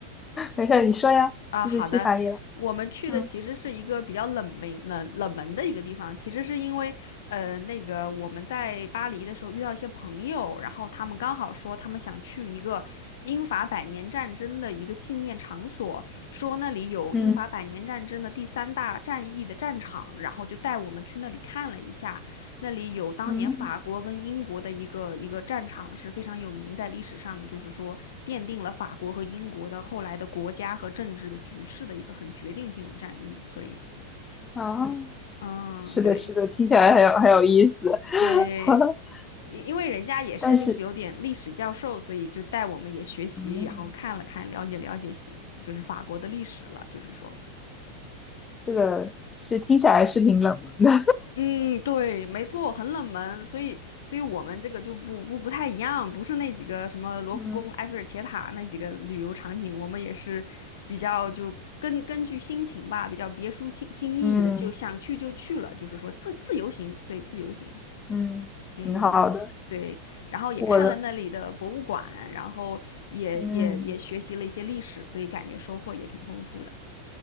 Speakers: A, on the left; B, on the left.
A: 没事儿，你说呀，
B: 啊、
A: 就是去法里了？
B: 好的，我们去的其实是一个比较冷门冷冷门的一个地方。
A: 嗯
B: 其实是因为呃，那个我们在巴黎的时候遇到一些朋友，然后他们刚好说他们想去一个英法百年战争的一个纪念场所，说那里有英法百年战争的第三大战役的战场，
A: 嗯
B: 然后就带我们去那里看了一下。那里有当年法国跟英国的一个一个战场是非常有名，
A: 嗯。
B: 在历史上就是说奠定了法国和英国的后来的国家和政治的局势的一个很决定性的战役。所以，
A: 啊，
B: 嗯，
A: 是的，
B: 对
A: 是的，听起来很有很有意思，<laughs>
B: 对，因因为人家也是就是有点历史教授，
A: 但是，
B: 所以就带我们也学习，
A: 嗯，
B: 然后看了看，了解了解西就是法国的历史了，就是说。
A: 这个是听起来是挺冷门的，
B: 嗯，对，没错，很冷门，所以，所以我们这个就不不不太一样，不是那几个什么罗浮宫、
A: <laughs> 嗯
B: 埃菲尔铁塔那几个旅游场景，我们也是比较就根根据心情吧，比较别出心心意的，
A: 嗯
B: 就想去就去了，就是说自自由行，对，自由行，
A: 嗯挺好的。
B: 嗯，对，然后也看了那里的博物馆，
A: 我的，
B: 然后也也也学习了一些历史，
A: 嗯
B: 所以感觉收获也挺丰富的，